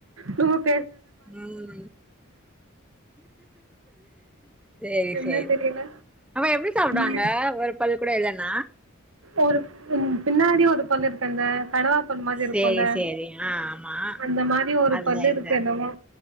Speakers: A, on the right; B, in the centre.
A: டூ வொர்க்
B: ம் சேரி
A: என்ன
B: சேரி
A: தெரியல
B: ஆமா எப்டி சாப்புடுவாங்க
A: ம்
B: ஒரு பல் கூட இல்லன்னா ஆ
A: ஒரு ம் பின்னாடி ஒரு பல்லு இருக்கு அந்த கடவா பல் மாரி இருக்குல்ல
B: சேரி சேரி ஆ ஆமா
A: அந்த மாரி ஒரு
B: அதுல
A: பல்லு
B: இருந்து
A: இருக்கணுமா